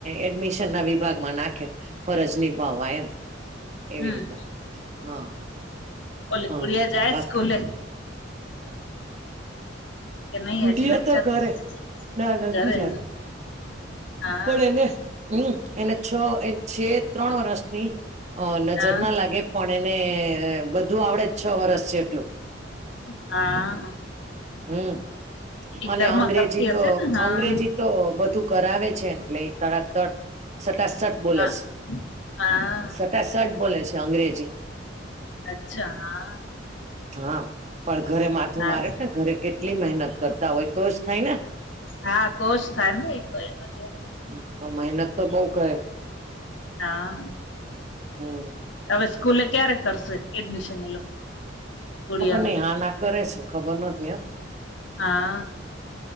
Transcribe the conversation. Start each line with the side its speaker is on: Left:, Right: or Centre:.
Right: એડમિશન ના વિભાગમાં નાખે ફરજ નીભાવવા એમ. એવી
Left: હમ હમ.
Right: રીતે હા
Left: ઓલ
Right: હા
Left: ગુડીયા જાય
Right: બાકી
Left: સ્કુલે? કે નહી
Right: ગુડીયા
Left: હજી નથ
Right: તો
Left: જતી
Right: ઘરે. ના નથી
Left: ઘરે
Right: જાતી.
Left: હા
Right: પણ એને હમ એને છ એ છે ત્રણ વર્ષની હ નજર
Left: હા
Right: ના લાગે પણ એને બધું આવડે જ છ વરષ જેટલું.
Left: હા
Right: હમ
Left: એ
Right: અને
Left: ઘરમાં
Right: અંગ્રેજી
Left: કરતી હશે
Right: તો
Left: ને હા
Right: અંગ્રેજી તો બધું કરાવે છે એમ એટલે તળા <unintelligible> <unintelligible> સટાસઠ બોલે
Left: હા
Right: છે
Left: હા
Right: સટાસઠ બોલે છે અંગ્રેજી
Left: અચ્છા હા
Right: હા પણ ઘરે માથું
Left: હા
Right: મારે ઘરે કેટલી મહેનત કરતા હોય તો જ થાય ને.
Left: હા તોજ થાય તો એજ <unintelligible>
Right: <unintelligible> મહેનત તો બઉ કરે
Left: હા
Right: હમ
Left: હવે સ્કૂલે ક્યારે કરશે એડમિશન એ લોકો ગુડીયા
Right: ખબર
Left: નું
Right: નઈ હા ના કરે છે ખબર નથી હ
Left: હા